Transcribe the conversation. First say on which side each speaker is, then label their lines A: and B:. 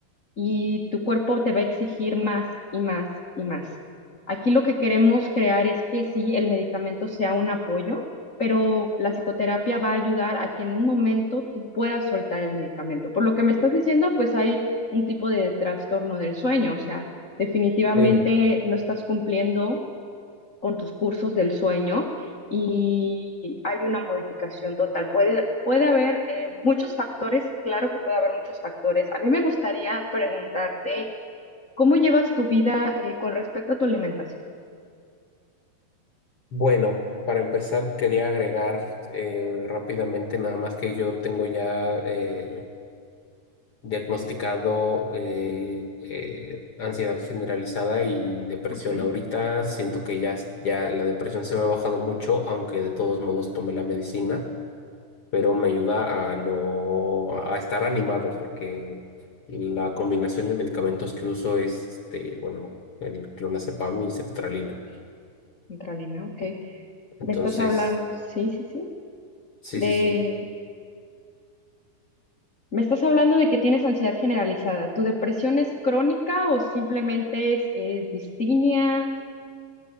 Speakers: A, on the left; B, on the left.
A: y tu cuerpo te va a exigir más y más y más. Aquí lo que queremos crear es que sí, el medicamento sea un apoyo, pero la psicoterapia va a ayudar a que en un momento tú puedas soltar el medicamento. Por lo que me estás diciendo, pues hay un tipo de trastorno del sueño, o sea, definitivamente
B: Eh,
A: no estás cumpliendo con tus cursos del sueño y hay una modificación total. Puede, puede haber eh, muchos factores, claro que puede haber muchos factores. A mí me gustaría preguntarte, ¿cómo llevas tu vida eh, con respecto a tu alimentación?
B: bueno, para empezar quería agregar eh, rápidamente nada más que yo tengo ya eh, diagnosticado eh, eh, ansiedad generalizada y depresión.
A: okay
B: Ahorita siento que ya, es- ya la depresión se me ha bajado mucho, aunque de todos modos tomé la medicina, pero me ayuda a no a estar animado porque la combinación de medicamentos que uso es, este, bueno, el clonazepam y sertralina.
A: Centralina, ok.
B: Entonces,
A: Me estás hablando, sí, sí, sí,
B: sí,
A: de...
B: sí, sí.
A: Me estás hablando de que tienes ansiedad generalizada. ¿Tu depresión es crónica o simplemente es, es distimia?